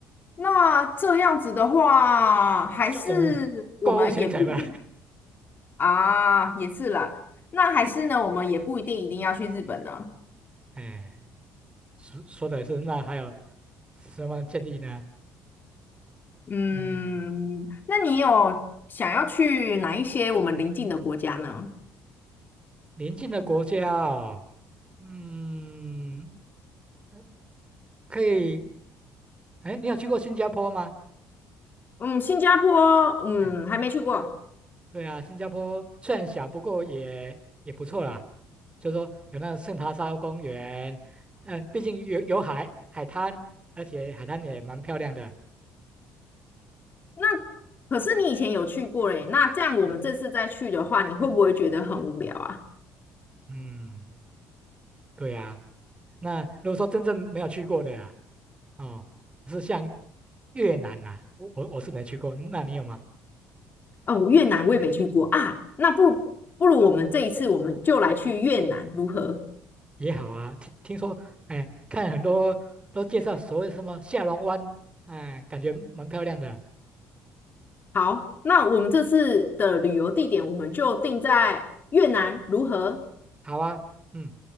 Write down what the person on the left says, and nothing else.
那这样子的话，还是我们也不一定
啊，也是啦。那还是呢，我们也不一定一定要去日本呢。
嗯，
那你有想要去哪一些我们邻近的国家呢？
嗯，新加坡，嗯，
还没去过。
那可是你以前有去过嘞，那这样我们这次再去的话，你会不会觉得很无聊啊？
哦，越南我也没去过啊，那不如不如我们这一次我们就来去越南如何？
好，那我们这次的旅游地点我们就定在越南如何？